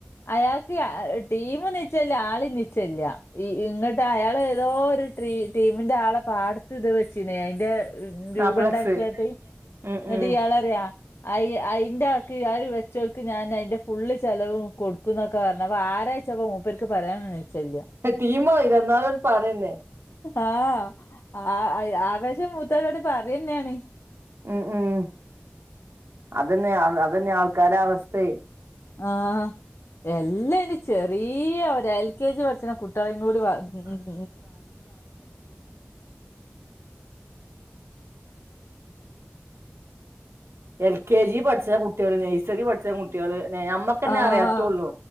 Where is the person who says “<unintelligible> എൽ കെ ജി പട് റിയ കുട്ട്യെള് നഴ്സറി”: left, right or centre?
Right